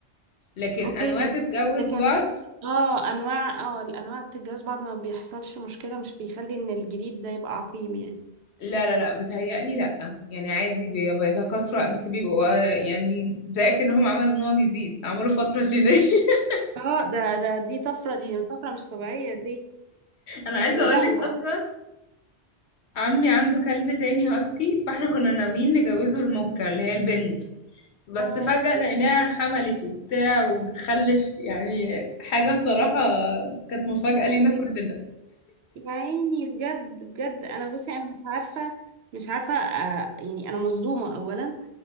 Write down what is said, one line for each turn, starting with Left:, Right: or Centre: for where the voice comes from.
Left: لكن
Right: اوكي
Left: أنواع تتجوز
Right: لكن
Left: بعض
Right: اه انواع اه الانواع بتتجوز بعض ما بيحصلش مشكلة مش بيخلي ان الجديد ده يبقى عقيم يعني
Left: لا لا لا بتهيألي لا يعني عادي بي- بيتكاثروا بس بيبقوا آه، يعني زي كأنهم عملوا نوع جديد عملوا فترة جينية <laughs>
Right: اه ده ده دي طفرة دي طفرة مش طبيعية دي
Left: أنا عايزة أقولك
Right: لا و-
Left: أصلا عمي عنده كلب تاني هاسكي فاحنا كنا ناويين نجوزه المكة اللي هي البنت بس
Right: اه
Left: فجأة لقيناها حملت وبتاع وبتخلف يعني حاجة الصراحة كانت مفاجأة
Right: يا لهوي.
Left: لينا كلنا
Right: يا عيني بجد بجد انا بصي انا مش عارفة مش عارفة آه يعني انا مصدومة اولا